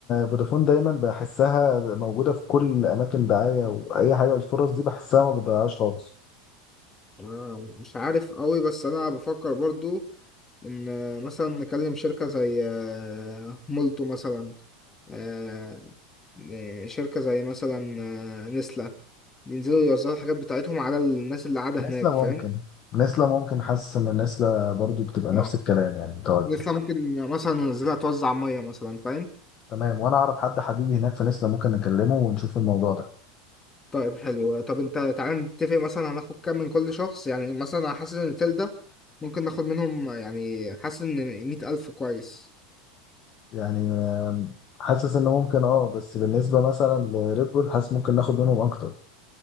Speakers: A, on the left; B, on the left.
A: فودافون دايما بحسها موجوده في كل اماكن دعايه واي حاجه الفرص دي بحسها ما بتضيعهاش خالص
B: آه، مش عارف قوي بس انا بفكر برضو ان آه، مثلا نكلم شركة زي آه، مولتو مثلا آه، آه، شركة زي مثلا آه، نسلة ينزلوا يوزعوا الحاجات بتاعتهم على الناس اللي قاعدة
A: نسلة
B: هناك فاهم
A: ممكن نسلة ممكن حاسس ان نسلة برضو بتبقى نفس
B: اه
A: الكلام يعني متواجده
B: نسلة ممكن مثلا ننزلها توزع مية مثلا فاهم
A: تمام وانا اعرف حد حبيبي هناك في نسلة ممكن نكلمه ونشوف الموضوع ده
B: طيب حلو طب انت تعالى نتفق مثلا هناخد كام من كل شخص يعني مثلا أنا حاسس ان التل ده ممكن ناخد منهم يعني حاسس ان مية ألف كويس
A: يعني آم، حاسس ان ممكن اه بس بالنسبه مثلا لريد بول حاسس ممكن ناخد منهم اكتر